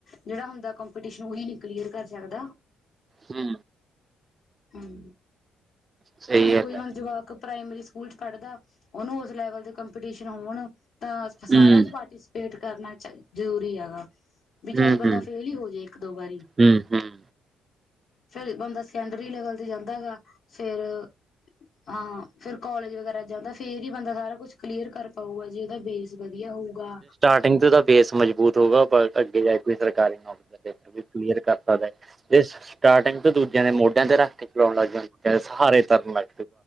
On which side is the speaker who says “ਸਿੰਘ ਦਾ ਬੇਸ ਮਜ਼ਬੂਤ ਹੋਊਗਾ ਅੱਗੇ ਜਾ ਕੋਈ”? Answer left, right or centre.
Right